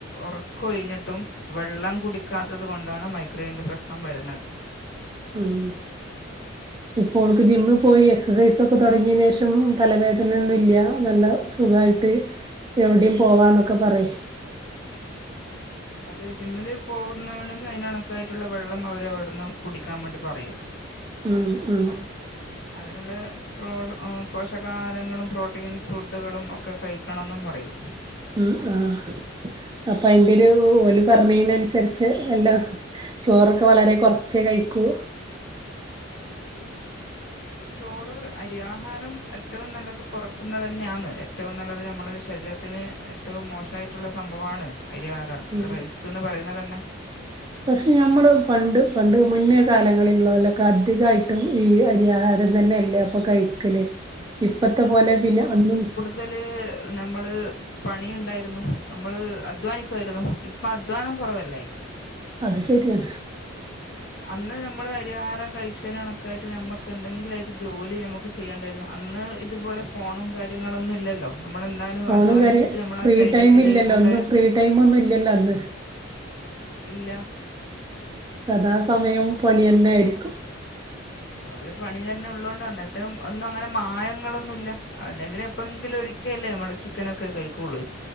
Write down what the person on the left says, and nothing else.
ഒറക്കം ഒഴിഞ്ഞിട്ടും വെള്ളം കുടിക്കാത്തത് കൊണ്ടാണ് മൈഗ്രയിന്റെ പ്രശ് ണം വരുന്നത്
അത് ജിമ്മിന് പോകുന്നാണെങ്കി അതിന് കണക്കായിട്ടുള്ള വെള്ളം അവര് അവിടുന്ന് കുടിക്കാം വേണ്ടി പറയും.
അതിനുള്ള പ്രോ പോഷകാഹാരങ്ങളും പ്രോട്ടീൻ ഫുഡ്ഡുകളും ഒക്കെ കഴിക്കണന്നും പറയും
ചോറ് അരി ആഹാരം എറ്റവും നല്ലത് കൊറക്കുന്നത് തന്നെ ആന്ന്. എറ്റവും നല്ലത് നമ്മുടെ ശരീരത്തിന് ഏറ്റോം മോശായിട്ടുള്ള സംഭവാണ് അരി ആരാണ്
റൈസ്ന്ന് പറയുന്നതന്നെ.
ജല് നമ്മള് പണിയുണ്ടായിരുന്നു നമ്മള് അധ്വാനിക്ക്വായിരുന്നു ഇപ്പം അധ്വാനം കൊറവല്ലേ.
അന്ന് ഞമ്മള് അരിഹാരം കഴിച്ചേന് കണക്കായിട്ട് നമ്മക്ക് എന്തെങ്കിലു അയിട്ട് ജോലി നമുക്ക് ചെയ്യേണ്ടായിരുന്നു. അന്ന് ഇതുപോലെ ഫോണും കാര്യങ്ങളൊന്നും ഇല്ലല്ലോ നമ്മളെന്താലും
അധ്വാനിച്ചിട്ട്
നമ്മള
ആ ശരീരത്തില്
ഉള്ളെ
ഇല്ല
അവര് പണി തന്നെ ഉള്ളോണ്ട് അന്നത്തെ ഒന്നും അങ്ങനെ മായങ്ങളൊന്നുല്ല അല്ലെങ്കില് എപ്പെയ്ങ്കിലൊര് ഒക്കെ അല്ലെ നമ്മള് ചിക്കനൊക്കെ കഴിക്കൊള്ള്